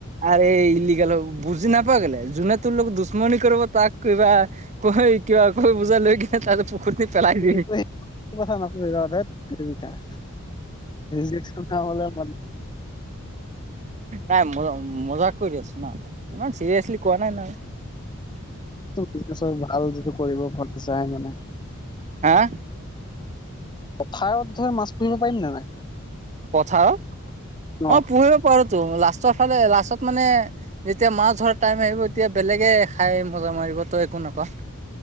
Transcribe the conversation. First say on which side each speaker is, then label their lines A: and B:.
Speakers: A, on the right; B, on the left.
A: আৰু এই ইলিগেল হব বুজি নাপাৱ কেলে যোনে তোৰ লগত দুশ্মনি কৰিব তাক কিবা কৈ কিবা কৈ বুজা লৈ কিনে তাতে পুখুৰী পেলাই দিবি।
B: এইবোৰ কথা নকৰিবা ধেত জক থকা হলে ম,
A: নাই মজা মজাক কৰি আছো না ইমান চিৰিয়েছলি কোৱা নাই নহয়
B: বিজনেছৰ ভাল যিটো কৰিব মন যাই মানে
A: হা,
B: খাৰ অধ মাছ পুহিব পাৰিম নে নাই?
A: পথাৰ
B: ন
A: অ পুহিব পাৰে তো লাষ্টৰ ফালে লাষ্টত মানে যেতিয়া মাছ ধৰাৰ টাইম আহিব তেতিয়া বেলেগে খাই মজা মাৰিব তই একো নাপাৱ